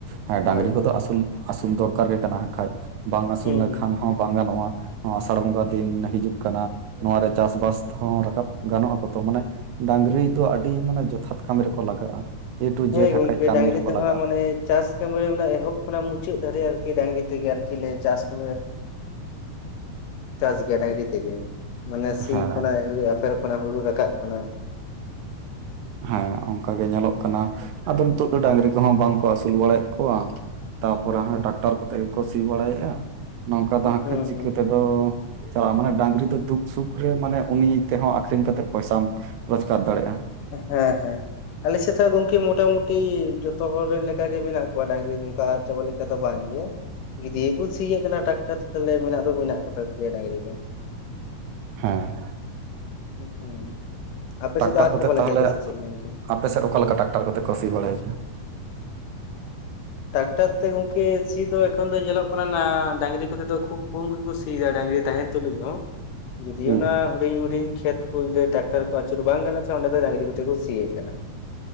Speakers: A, on the right; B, on the left.
A: ᱦᱮᱸ
B: ᱦᱳᱭ
A: ᱰᱟᱝᱨᱤ ᱠᱚᱫᱚᱩᱞ ᱟᱹᱥᱩᱞ ᱫᱚᱨᱠᱟᱨ ᱜᱮ ᱠᱟᱱᱟᱠᱷᱟᱡᱽ᱾ ᱵᱟᱝ ᱟᱹᱥᱩᱞ
B: ᱦᱩᱸ
A: ᱞᱮᱠᱷᱟᱱ
B: ᱦᱩᱸ
A: ᱦᱚᱸ ᱵᱟᱝ ᱜᱟᱱᱚᱜᱼᱟ ᱱᱚᱣᱟ ᱟᱥᱟᱲ ᱵᱚᱸᱜᱟ ᱫᱤᱱ ᱦᱤᱡᱩᱜ ᱠᱟᱱᱟ ᱱᱚᱣᱟ ᱨᱮ ᱪᱟᱥᱵᱟᱥ ᱦᱚᱸ ᱨᱟᱠᱟᱵ ᱜᱟᱱᱚᱜ ᱟᱠᱚ ᱛᱚ ᱢᱟᱱᱮ᱾ ᱰᱟᱝᱨᱤ ᱫᱚ ᱟᱹᱰᱤ ᱢᱟᱱᱮ ᱡᱚᱛᱷᱟᱛ ᱠᱟᱹᱢᱤ ᱨᱮᱠᱚ ᱞᱟᱜᱟᱜᱼᱟ ᱮ ᱴᱩ
B: ᱦᱮᱸ
A: ᱡᱮᱴ
B: ᱜᱚᱝᱠᱮ
A: ᱦᱟᱸᱜ ᱠᱷᱟᱡ ᱠᱟᱹᱢᱤ
B: ᱰᱟᱝᱨᱤ
A: ᱨᱮᱠᱚ
B: ᱛᱮᱦᱚᱸ
A: ᱞᱟᱜᱟᱜᱼᱟ
B: ᱢᱟᱱᱮ ᱪᱟᱥ ᱮ ᱮᱦᱚᱵ ᱠᱷᱚᱱᱟᱜ ᱢᱩᱪᱟᱹᱫ ᱫᱟᱲᱤᱡᱼᱟ ᱟᱨᱠᱤ ᱰᱟᱝᱨᱤ ᱛᱮᱜᱮ ᱟᱨᱠᱤ ᱪᱟᱥ ᱠᱚ ᱪᱟᱥ ᱜᱮᱭᱟ ᱰᱟᱝᱨᱤ ᱛᱮᱜᱮ ᱢᱟᱱᱮ ᱥᱤ
A: ᱦᱮᱸ
B: ᱠᱷᱚᱭ ᱟᱯᱷᱮᱨ ᱠᱷᱚᱭ ᱦᱩᱲᱩ ᱨᱟᱠᱟᱵ ᱠᱟᱱᱟᱚᱭ
A: ᱦᱮᱸ ᱚᱱᱠᱟᱟᱜ ᱜᱮ ᱧᱮᱞᱚᱜ ᱠᱟᱱᱟ ᱟᱫᱚ ᱱᱤᱛᱚᱜ ᱫᱚ ᱰᱟᱝᱨᱤ ᱠᱚᱦᱚᱸ ᱵᱟᱝᱠᱚ ᱟᱹᱥᱩᱞ ᱵᱟᱲᱟᱭᱮᱫ ᱠᱚᱣᱟ ᱛᱟᱯᱚᱨᱮ ᱦᱟᱱᱮ ᱰᱟᱠᱛᱟᱨ ᱠᱚᱛᱮ ᱜᱮᱠᱚ ᱥᱤ ᱵᱟᱲᱟᱭᱮᱫᱼᱟ ᱱᱚᱝᱠᱟ
B: ᱦᱩᱸ
A: ᱫᱚ ᱦᱟᱸᱠᱷᱟᱡ
B: ᱦᱩᱸ
A: ᱪᱤᱠᱟᱹ ᱛᱮᱫᱚ ᱪᱟᱞᱟᱜᱼᱟ ᱢᱟᱱᱮ ᱰᱟᱝᱨᱤ ᱫᱚ ᱫᱩᱠ ᱥᱩᱠ ᱨᱮ ᱢᱟᱱᱮ ᱩᱱᱤ ᱛᱮᱦᱚᱸ ᱟᱠᱷᱨᱤᱧ ᱠᱟᱛᱮᱜ ᱯᱚᱭᱥᱟᱢ ᱨᱚᱡᱽᱜᱟᱨ ᱫᱟᱲᱮᱭᱟᱜᱼᱟ
B: ᱦᱮᱸ ᱦᱮᱸ ᱟᱞᱮᱥᱮᱫ ᱜᱚᱝᱠᱮ ᱢᱚᱴᱟ ᱢᱩᱩᱴᱤ ᱡᱚᱛᱚ ᱦᱚᱲ ᱨᱮᱱ ᱞᱮᱠᱟᱜ ᱜᱮ ᱢᱮᱱᱟᱜ ᱠᱚᱣᱟ ᱰᱟᱝᱨᱤ ᱱᱚᱝᱠᱟ ᱪᱟᱯᱚ ᱞᱮ ᱠᱟ ᱛᱷ ᱵᱟᱝ ᱜᱮ᱾ ᱜᱤᱫᱽᱤᱭᱮ ᱠᱚ ᱥᱤᱭᱮᱫ ᱠᱟᱱᱟ ᱴᱨᱟᱠᱴᱟᱨ ᱛᱮ ᱛᱟᱦᱚᱞᱮ ᱢᱮᱱᱟᱜ ᱫᱚ ᱢᱮᱱᱟᱜ ᱠᱚᱛᱟ ᱠᱚᱮ ᱰᱟᱝᱨᱤ ᱫᱚ
A: ᱦᱮᱸ
B: ᱦᱩᱸ ᱟᱯᱮ
A: ᱴᱨᱟᱠᱴᱟᱨ
B: ᱥᱮᱫ ᱛᱚ ᱟᱹᱫ
A: ᱠᱚᱛᱮ
B: ᱪᱟᱵᱟ
A: ᱛᱟᱦᱚᱞᱮ
B: ᱞᱮᱠᱟ ᱜᱮᱥᱮ ᱪᱮᱫᱽ ᱜᱚᱝᱠᱮ?
A: ᱟᱯᱮ ᱥᱮᱫ ᱚᱠᱟ ᱞᱮᱠᱟ ᱴᱮᱠᱴᱟᱨ ᱠᱚᱛᱮ ᱠᱚ ᱥᱤ ᱵᱟᱲᱟᱭᱟ?
B: ᱴᱨᱟᱠᱴᱟᱨ ᱛᱮ ᱜᱚᱝᱠᱮ ᱥᱤ ᱫᱚᱚ ᱮᱠᱷᱚᱱ ᱫᱚ ᱧᱮᱞᱚᱜ ᱠᱟᱱᱟ ᱰᱟᱝᱨᱤ ᱠᱚᱛᱮ ᱫᱚ ᱠᱷᱩᱵ ᱠᱚᱢ ᱜᱮᱠᱚ ᱥᱤ ᱥᱮᱫᱟᱜ ᱰᱟᱝᱨᱤ ᱛᱟᱦᱮᱱ ᱛᱩᱞᱩᱡ ᱦᱚᱸ ᱡᱩᱫᱤ
A: ᱦᱩᱸ
B: ᱚᱱᱟ ᱦᱩᱰᱤᱧ ᱦᱩᱰᱤᱧ ᱠᱷᱮᱛ ᱤᱥᱠᱩ ᱡᱚᱫᱤ ᱰᱟᱠᱛᱟᱨ ᱠᱚ ᱟᱹᱪᱩᱨ ᱵᱟᱝ ᱠᱟᱱᱟ ᱚᱸᱰᱮ ᱫᱚ ᱰᱟᱝᱨᱤ ᱠᱟᱛᱮ ᱠᱚ ᱥᱤᱭ ᱠᱟᱱᱟ